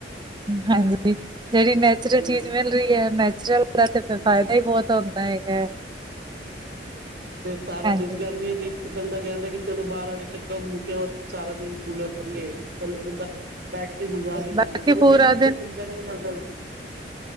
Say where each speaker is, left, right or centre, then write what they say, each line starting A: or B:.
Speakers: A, on the right (about 25°); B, on the right (about 60°).
A: ਹਾਂਜੀ, ਜਿਹੜੀ ਨੈਚੁਰਲ
B: ਹਮ
A: ਚੀਜ਼ ਮਿਲ ਰਹੀ ਹੈ ਨੈਚੁਰਲ। ਦਾ ਤੇ ਫਿਰ
B: ਹਮ
A: ਫਾਇਦਾ ਹੀ ਬਹੁਤ ਹੁੰਦਾ ਹੈਗਾ।
B: ਫਿਰ ਸਾਰਾ
A: ਹਾਂਜੀ-ਹਾਂਜੀ
B: ਦਿਨ ਗਰਮੀਆਂ ਦੇ। ਬੰਦਾ ਕਹਿੰਦਾ ਕਿ ਚਲੋ ਬਾਰਾਂ ਵਜੇ ਤੱਕ ਕੰਮ ਮੁੱਕਿਆ ਵ ਸਾਰਾ ਦਿਨ ਕੂਲਰ ਥੱਲੇ ਏ ਸੀ ਥੱਲੇ ਬੰਦਾ ਬੈਠ ਕੇ ਗੁਜ਼ਾਰ ਹੀ ਲੈਂਦਾ,
A: ਬਾਕੀ
B: ਪਰ ਉਹ
A: ਪੂਰਾ
B: ਦਿਨ ਵੀ ਕਟਿੰਦਾ ਨਹੀਂ ਦਾ ਗਰਮੀ ਦਾ।